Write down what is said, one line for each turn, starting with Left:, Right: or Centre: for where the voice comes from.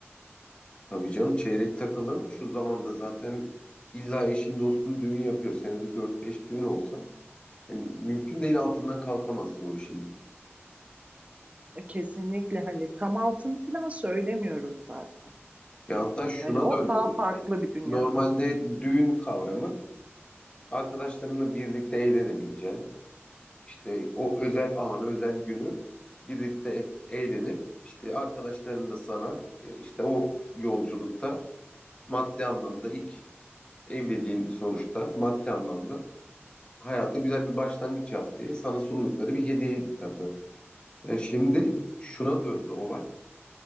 Left: Tabii canım çeyrek takılır mı şu zamanda zaten illa eşin dostun düğün yapıyor. Senede dört beş düğün olsa yani mümkün değil altından kalkamazsın o işin.
Right: E, kesinlikle hani tam altını falan söylemiyorum zaten.
Left: Ya hatta şuna
Right: Hani o
Left: döndü
Right: daha
Left: olay.
Right: farklı bir dünya.
Left: Normalde düğün kavramı arkadaşlarınla birlikte eğlenebileceğin işte o özel anı özel günü birlikte eğlenip işte arkadaşların da sana e, işte o yolculukta maddi anlamda ilk evliliğin sonuçta maddi anlamda hayata güzel bir başlangıç yap diye sana sundukları bir hediyeydi takı. Yani şimdi şuna döndü olay.